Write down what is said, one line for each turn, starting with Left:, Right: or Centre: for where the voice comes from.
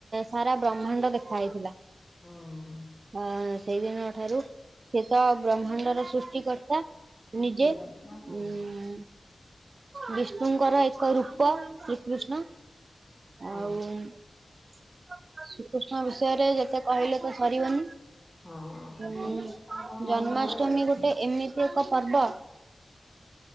Right: ସାରା ବ୍ରହ୍ମାଣ୍ଡ ଦେଖା ହେଇଥିଲା।
Left: ହଁ।
Right: ଆଁ ସେଇଦିନ ଠାରୁ ସେ ତ ବ୍ରହ୍ମାଣ୍ଡର ସୃଷ୍ଟିିକର୍ତ୍ତା
Left: ପୁଷ୍ଟିକର
Right: ନିଜେ,
Left: ହଁ।
Right: ଉଁ ବିଷ୍ଣୁଙ୍କର ଏକ ରୂପ। କୃଷ୍ଣ
Left: ହଁ
Right: ଆଉ ଶ୍ରୀକୃଷ୍ଣ ବିଷୟରେ ଯେ ଯେତେ କହିଲେ ତ ସରିବନିଁ,
Left: ହଁ
Right: ଉଁ
Left: ଶ୍ରୀକୃଷ୍ଣଙ୍କର
Right: ଜନ୍ମାଷ୍ଟମୀ
Left: ମହିମା
Right: ଗୋଟେ ଏମିତି ଏକ ପର୍ବ